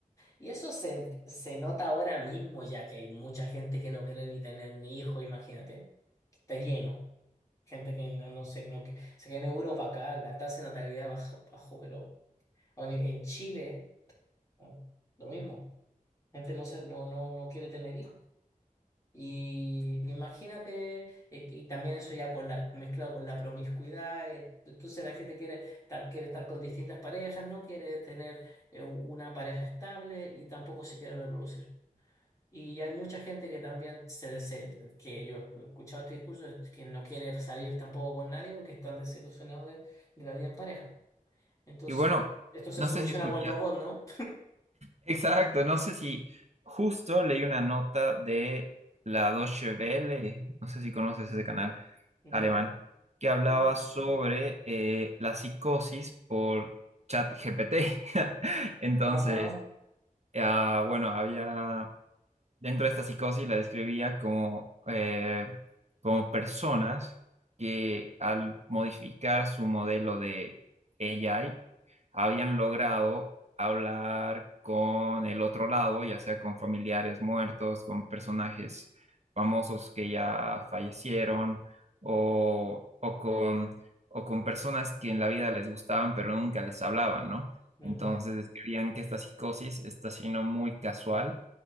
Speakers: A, on the left (about 20°); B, on the right (about 50°).
A: Y eso se, se nota ahora mismo, ya que hay mucha gente que no quiere ni tener ni hijo, imagínate, que está lleno. Gente que no, no sé, no, que, sé que en Europa acá la tasa de natalidad bajó, bajó pero aún en en Chile ¿no? lo mismo. Gente no, se, no, no, no quiere tener hijos. Y imagínate, eh, y también eso ya con la, mezclado con la promiscuidad, eh, entonces la gente quiere, estar- quiere estar con distintas parejas, no quiere tener eh, una pareja estable y tampoco se quiere reproducir. Y hay mucha gente que también se, dese- que yo he escuchado este discurso, es que no quiere salir tampoco con nadie porque están desilusionados de, de la vida en pareja. Entonces,
B: Y bueno,
A: esto se
B: no
A: soluciona
B: sé si escucha,
A: con robot, ¿no?
B: Exacto, no sé si justo leí una nota de la Deutsche Welle, no sé si conoces ese canal
A: ¿Ya?
B: alemán, que hablaba
A: ¿No?
B: sobre eh, la psicosis por ChatGPT. <laughs> Entonces,
A: Ajá.
B: ah, bueno, había dentro de esta psicosis la describía como, eh, como personas que al modificar su modelo de AI habían logrado hablar con el otro lado, ya sea con familiares muertos, con personajes famosos que ya fallecieron o, o con, o con personas que en la vida les gustaban pero nunca les hablaban, ¿no?
A: Ujú,
B: Entonces describían que esta psicosis está siendo muy casual